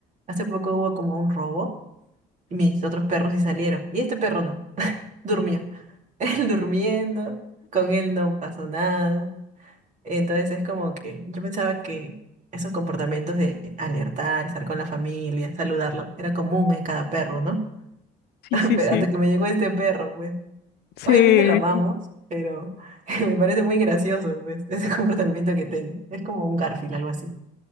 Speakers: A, on the right; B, on the left.
A: hace poco hubo como un robo Mis otros perros sí salieron. Y este perro no. Durmió. <laughs> Él durmiendo. Con él no pasó nada. Entonces es como que yo pensaba que esos comportamientos de alertar, estar con la familia, saludarla, era común en cada perro, ¿no?
B: Sí,
A: <laughs>
B: sí,
A: Pero
B: sí.
A: hasta que me llegó este perro, pues.
B: Sí,
A: Obviamente lo amamos,
B: <laughs> dijo.
A: pero <laughs> me parece muy gracioso, pues, <laughs> ese comportamiento que tiene. Es como un Garfield, algo así.